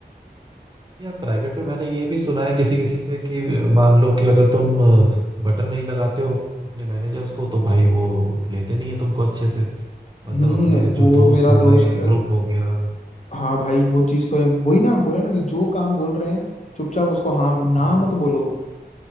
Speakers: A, on the right; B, on the left.
A: यार प्राइवेट में मैंने ये भी सुना है किसी किसी से कि मान लो कि अगर तुम बटन नहीं लगाते हो अपने मैनेजर्स को तो भाई वो लेते नहीं है तुमको अच्छे से मतलब
B: हम्म
A: अपने
B: वो
A: जो दोस्त
B: मेरा
A: हो गए
B: दोस्त है।
A: ग्रुप हो गया
B: हाँ भाई वो चीज तो है वही ना बोला ना कि जो काम बोल रहे हैं चुपचाप उसको हाँ ना
A: हाँ
B: मत बोलो